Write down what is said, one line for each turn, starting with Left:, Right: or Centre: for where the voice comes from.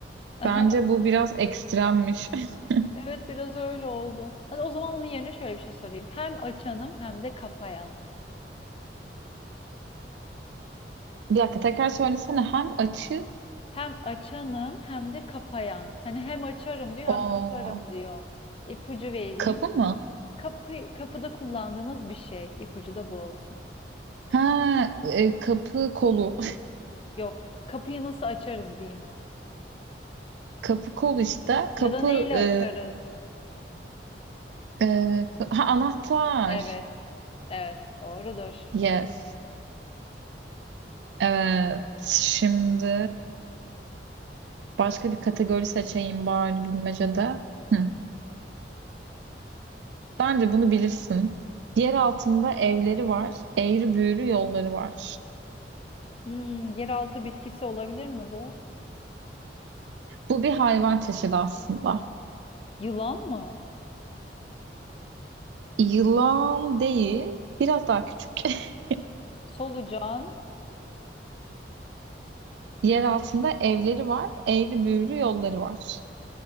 Left: Aha,
Right: Bence bu biraz ekstremmiş. <laughs>
Left: Evet biraz öyle oldu. Hadi o zaman onun yerine şöyle bir şey sorayım. Hem açanım hem de kapayan.
Right: Bir dakika tekrar söylesene. Hem açı
Left: Hem açanım hem de kapayan. Hani hem açarım diyor
Right: o
Left: hem kaparım diyor. İpucu vereyim.
Right: kapı mı?
Left: Kapı, kapıda kullandığımız bir şey. İpucu da bu olsun.
Right: Ha e, kapı kolu.
Left: Yok. Kapıyı nasıl açarız diyeyim.
Right: <laughs> Kapı kol işte. Kapı
Left: Ya da neyle
Right: e,
Left: açarız?
Right: e, ka- ha, anahtar.
Left: Evet. Evet. Doğrudur.
Right: Yes. Evet, şimdi başka bir kategori seçeyim bari bilmecede. Hı. Bence bunu bilirsin. Yer altında evleri var, eğri büğrü yolları var.
Left: Hmm, yeraltı bitkisi olabilir mi bu?
Right: Bu bir hayvan çeşidi aslında.
Left: Yılan mı?
Right: Yılan değil, biraz daha küçük. <laughs>
Left: Solucan.
Right: Yer altında evleri var, eğri büğrü yolları var.